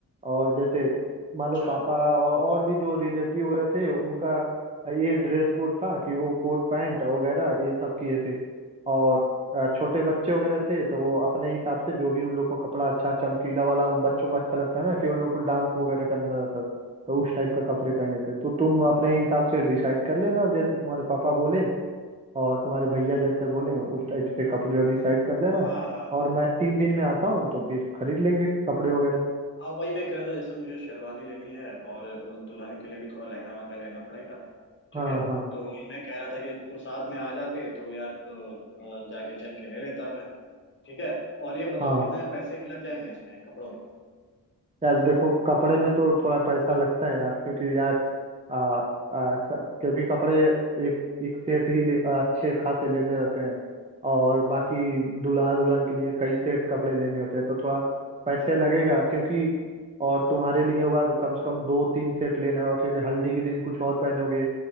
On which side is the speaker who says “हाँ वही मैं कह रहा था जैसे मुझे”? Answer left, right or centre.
Left